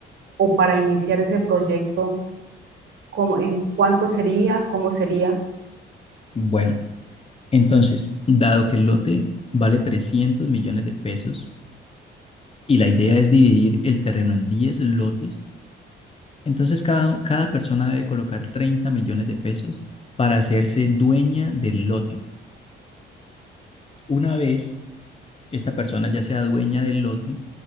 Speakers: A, on the right; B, on the left.
A: o para iniciar ese proyecto, ¿cómo- en cuánto sería? ¿Cómo sería?
B: Bueno, entonces, dado que el lote vale 300 millones de pesos y la idea es dividir el terreno en 10 lotes, Entonces cada, cada persona debe colocar 30 millones de pesos para hacerse dueña del lote. Una vez esta persona ya sea dueña del lote,